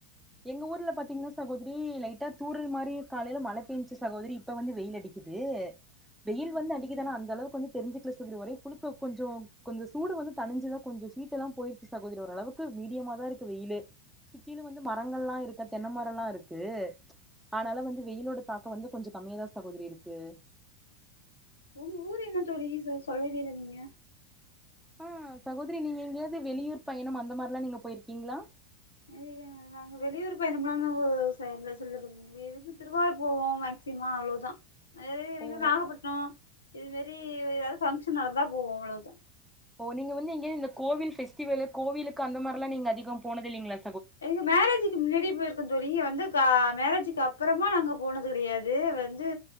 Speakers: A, in the centre; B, on the left.
A: எங்க ஊர்ல பாத்தீங்கன்னா சகோதரி லைட்டா தூரல் மாரி காலையில மழை பெஞ்சுச்சு சகோதரி இப்ப வந்து வெயில் அடிக்குது வெயில் வந்து அடிக்கு தான அந்தளவுக்கு வந்து தெரிஞ்சக்கல தோளி ஒரே புழுக்க கொஞ்சு கொஞ்சு சூடு வந்து தணிஞ்சுதா கொஞ்சு ஈட்டெல்லா போயிருச்சு சகோதரி ஓரளவுக்கு மீடியமா தா இருக்கு வெயிலு சுத்திலு வந்து மரங்கள் எல்லாம் இருக்க தென்னை மரோ எல்லாம் இருக்கு அதனால வந்து வெயிலோட தாக்கோ வந்து கொஞ்சு கம்மியாதா சகோதரி இருக்கு
B: உங்க ஊர் என்ன தோழி இ சொல்லவே இல்ல நீங்க
A: ஆ சகோதரி நீங்க எங்கேயாவது வெளியூர் பயணம் அந்த மாரி எல்லா நீங்க போயிருக்கீங்களா
B: <unintelligible> நாங்க வெளியூர் பயிணமெல்லா நாங்க செ சென்றதில்ல இங்கிருந்து திருவாரூர் போவோ மேக்சிமம் அவ்வளவுதா <unintelligible>
A: ஓ
B: நாகப்பட்டினம் இது மேரி ஏதாவது பங்க்ஷன் நடந்தா போவோ அவ்வளோதா
A: ஓ நீங்க வந்து எங்கேயாவது இந்த கோவில் ஃபேஸ்டிவல்லு கோவிலுக்கு அந்த மாரில்லா நீங்க அதிகோ போனது இல்லீங்களா
B: எங்க மேரேஜ்ஜு கு முன்னாடி போயிருக்க தோழி வந்து க மேரேஜுக்கு அப்புறமா நாங்க போனது கிடையாது வந்து